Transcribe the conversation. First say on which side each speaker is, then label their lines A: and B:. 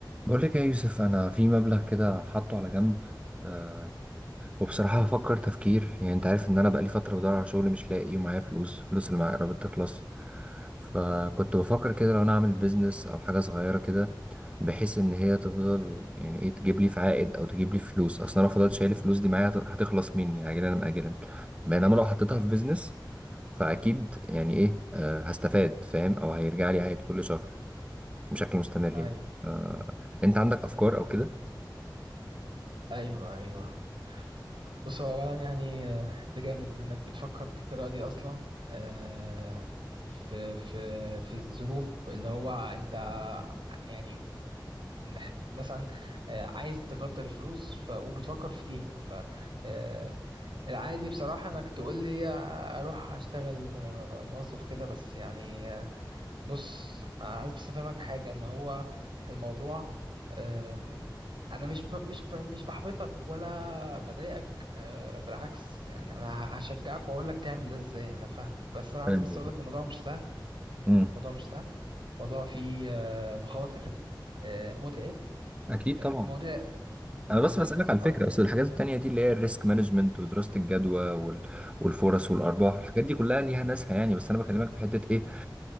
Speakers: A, on the right (about 15°); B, on the right (about 85°).
A: بقول لك يا يوسف انا في مبلغ كده حاطه على جنب أه وبصراحه هفكر تفكير يعني انت عارف ان انا بقالي فتره بدور على شغل مش لاقي ومعايا فلوس الفلوس اللي معايا قربت تخلص فكنت بفكر كده لو انا اعمل بيزنس او حاجه صغيره كده بحيث ان هي تفضل يعني ايه تجيب لي في عائد او تجيب لي فلوس اصل انا لو فضلت شايل الفلوس دي معايا هت- هتخلص مني عاجلا ام اجلا بينما لو حطيتها في بيزنس فاكيد يعني ايه أه هستفاد فاهم او هيرجع لي عائد كل شهر بشكل مستمر
B: ايوه
A: يعني أه انت عندك افكار او كده
B: ايوه ايوه بص هو اولا يعني آه، انت جامد انك بتفكر بالطريقه دي اصلا آه، في في في الظروف اللي هو انت يعني مح- مثلا آه، عايز تكتر الفلوس ف وبتفكر في دي ف آه، العادي بصراحه انك تقول لي اروح اشتغل آه، موظف كده بس يعني بص عايز بس افهمك حاجه ان هو الموضوع أم، انا مش ب... مش ب... مش بحبطك ولا بضايقك أه، بالعكس يعني انا ه- هشجعك واقول لك تعمل ده ازاي انا فاهمك بس انا عايز
A: فاهم
B: بس
A: قصدك.
B: اقول لك الموضوع مش سهل
A: مم.
B: الموضوع مش سهل الموضوع فيه أه، مخاطر أه، متعب
A: اكيد
B: أه،
A: طبعا
B: الموضوع مم،
A: انا
B: بالظبط
A: بس بسالك على
B: كويس.
A: الفكره اصل الحاجات التانية دي اللي هي الريسك مانجمنت ودراسه الجدوى وال... والفرص والارباح والحاجات دي كلها ليها ناسها يعني بس انا بكلمك في حته ايه